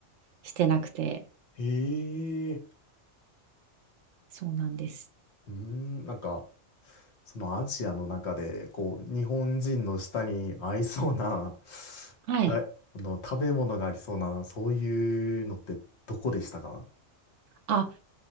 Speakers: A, on the right (about 80°); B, on the left (about 65°).
A: してなくて、
B: へえ、
A: そうなんです。
B: うーん、なんか、そのアジアの中で、こう、日本人の舌に合いそうな、<laughs>
A: はい。
B: たあの、食べ物がありそうな、そういうのってどこでしたか
A: あ、